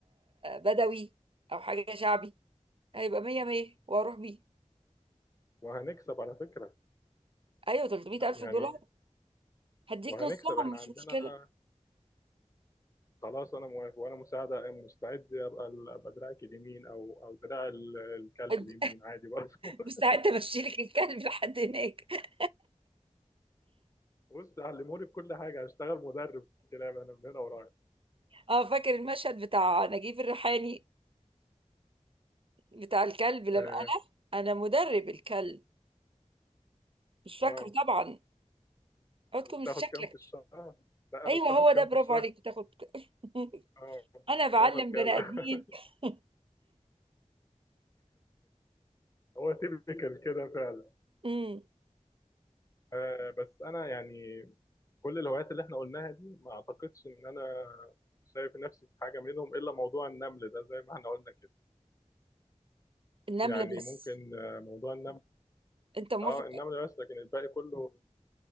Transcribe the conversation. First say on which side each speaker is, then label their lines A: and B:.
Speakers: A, on the right; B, on the left.
A: بدوي او حاجة شعبي هيبقى مية مية واروح بيه
B: وهنكسب على فكرة
A: ايوه 300 الف
B: يعني
A: دولار هديك
B: وهنكسب
A: نصهم
B: احنا
A: مش
B: عندنا
A: مشكله
B: خلاص انا موافق وانا مساعده مستعد ابقى ال- ابقى دراعك اليمين او او دراع ال- الكلب
A: هد-
B: اليمين عادي برضه <laughs>
A: مستعده امشي لك الكلب لحد هناك
B: بص علموني بكل حاجه هشتغل مدرب كلاب انا من هنا ورايح
A: اه فاكر المشهد بتاع نجيب الريحاني بتاع الكلب لما
B: اه
A: انا انا مدرب الكلب مش فاكره
B: آه.
A: طبعا عودكم
B: وبتاخد
A: مش شكلك
B: كام في الشهر؟ سأله
A: ايوه
B: بتاخد
A: هو
B: كام
A: ده برافو
B: في الشهر؟
A: عليك بتاخد <laughs>
B: اه
A: انا بعلم
B: باخد كذا
A: بني ادمين
B: <laughs>
A: <laughs>
B: هو تيبيكال كده فعلا
A: امم
B: آه بس انا يعني كل الهوايات اللي احنا قلناها دي ما اعتقدش ان انا شايف نفسي في حاجه منهم الا موضوع النمل ده زي ما احنا قلنا كده
A: النمل
B: يعني
A: بس
B: ممكن آه، موضوع النمل
A: انت موافق
B: اه النمل بس لكن الباقي كله